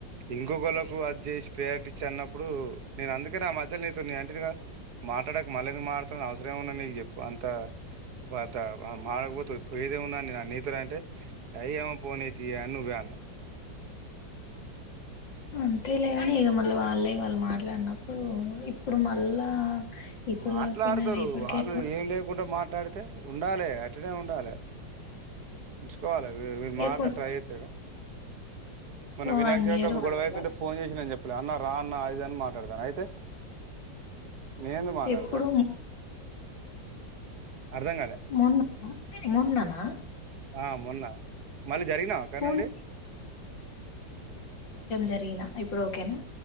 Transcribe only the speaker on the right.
ఇంకొకళకు అది చేసి ప్రేయారిటీవచ్చా అన్నప్పుడు, నేను అందుకనే ఆ మధ్యలో నీతో నే అంటేను గా మాట్లాడకు మళ్ళీ ఎందుకు మాట్లాడుతున్నావ్ అవసరం ఏ ఉన్నా నీకు చెప్పు అంత పత అ ఆగబోతు పోయేదేముంన్నీ నన్నీ కుతుర్ అంటే ఆయ్ ఏమో పోనీ తీ అని నువే అన్నావ్
మాట్లాడతరు
వాళ్ళు
ఏం లేకుండా మాట్లాడితే ఉండాలే అట్టనే ఉండాలే ఉంచుకోవాలే వీ వీర్
మారతాను
కి ట్రై చెత్తడే మొన్న వినాయక
చవితే
అప్పుడు
గొడవ
అయితుంటే
ఫోన్ చేసింది అన్ చెప్ ఇప్పుడు అన్న రా అన్న ఆది ఇది అని మాట్లాడతాడు అయితే నేనేందుకు మాట్లాడతా
అర్థం కాలే
ఆ మొన్న మళ్ళీ జరిగినావ అక్కడ
నుండి